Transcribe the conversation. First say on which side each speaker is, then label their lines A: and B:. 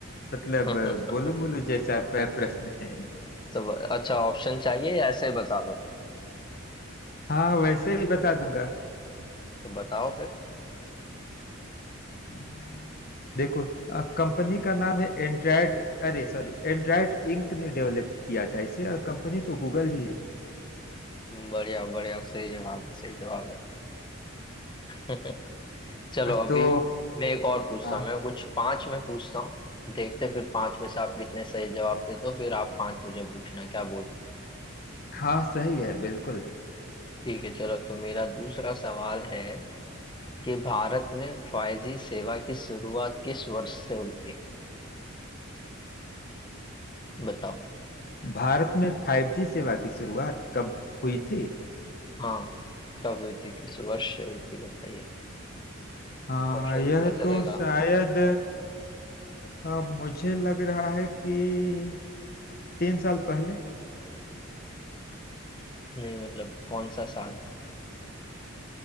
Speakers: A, on the left; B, on the left.
A: मतलब
B: <laughs>
A: गोलू मोलू जैसा प- प्रश्न है
B: तो ब- अच्छा ऑप्शन चाहिए या ऐसे ही बता दो
A: हाँ वैसे ही बता दूंगा
B: तो बताओ फिर
A: हम्म, देखो कंपनी का नाम है एंड्राइड अरे सॉरी एंड्राइड इंक ने डेवलप किया था इसे और कंपनी तो गूगल ही है
B: बढ़िया बढ़िया सही जवाब है सही जवाब है <laughs> चलो
A: अ,
B: अभी
A: तो
B: मैं एक और पूछता
A: हाँ
B: हूँ मैं कुछ पांच मैं पूछता हूँ देखते हैं फिर पांच में से आप कितने सही जवाब देते हो फिर आप पांच मुझे पूछना क्या बोलते हो
A: हाँ सही है बिल्कुल
B: ठीक है चलो तो मेरा दूसरा सवाल है कि भारत में फाइव जी सेवा की शुरुआत किस वर्ष से हुई थी बताओ
A: भारत में 5G सेवा की शुरुआत कब हुई थी
B: हाँ कब हुई थी किस वर्ष से हुई थी बताइए
A: हाँ
B: ऑप्शन
A: यह
B: दो या चलेगा
A: तो शायद अ, मुझे लग रहा है कि तीन साल पहले अ,
B: नहीं मतलब कौन सा साल था